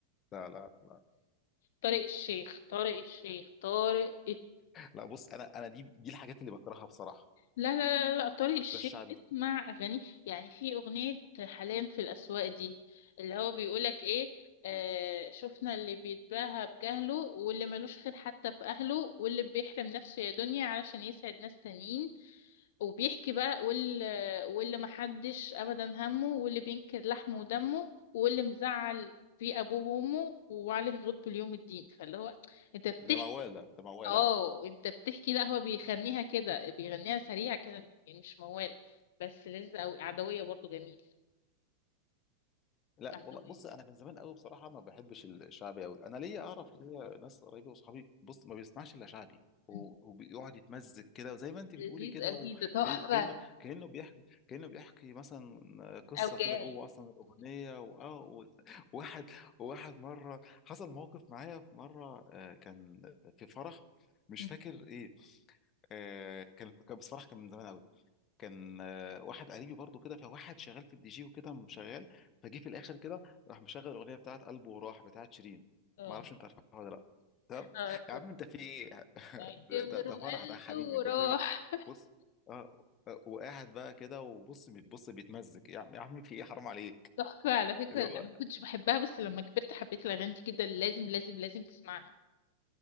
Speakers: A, on the left; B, on the left.
A: لا لا لا
B: طارق الشيخ طارق الشيخ طارق
A: لا بص انا انا دي دي الحاجات اللي بكرهها بصراحه
B: لا لا لا لا طارق الشيخ
A: مش ده الشعبي
B: اسمع اغاني يعني في اغنيه حلام في الاسواق دي اللي هو بيقولك ايه آه
A: آه.
B: شفنا اللي بيتباهى بجهله واللي ملوش خير حتى في اهله واللي بيحرم نفسه يا دنيا علشان يسعد ناس تانيين وبيحكي بقى واللي, واللي محدش ابدا همه واللي بينكر لحمه ودمه واللي مزعل في ابوه وامه وعليه غضب اليوم الدين فاللي هو انت بتحكي
A: ده موال ده ده موال
B: اه انت بتحكي لا هو بيغنيها
A: آه.
B: كده بيغنيها سريع كده يعني مش موال بس لذيذ قوي عدوية برضو جميل
A: لا
B: عدوية
A: والله بص انا من زمان قوي بصراحه ما بحبش الشعبي قوي انا ليا اعرف ليا ناس قريبه وصحابي بص ما بيسمعش الا شعبي هو-
B: مم.
A: وبيقعد يتمزج كده وزي ما انت بتقولي
B: لذيذ
A: كده
B: قوي
A: وبي...
B: ده تحفة
A: كانه كانه بيحكي كانه بيحكي مثلا قصه
B: اوجاعي
A: كده جوه اصلا الاغنيه واه و- واحد واحد مره حصل موقف معايا في مره آه، كان في فرح مش
B: مم.
A: فاكر ايه آه، كان كان بس فرح كان من زمان قوي كان آه، واحد قريبي برضو كده فواحد شغال في الدي جي وكده شغال فجه في الاخر كده راح مشغل الاغنيه بتاعت قلبه وراح بتاعت شيرين
B: اه
A: ما اعرفش انت عارفها ولا لا تمام
B: اه
A: يا عم انت في ايه <laughs>
B: اعتبره
A: ده, ده, ده
B: قلبي
A: فرح ده يا حبيبي
B: وراح
A: انت بتعمل إيه؟ بص اه آه، وقاعد بقى كده وبص بتبص بيتمزج يا عم يا عم في ايه حرام عليك
B: تحفة على فكرة
A: اللي
B: انا
A: هو
B: ما كنتش بحبها بس لما كبرت حبيت الاغاني دي جدا لازم لازم لازم تسمعها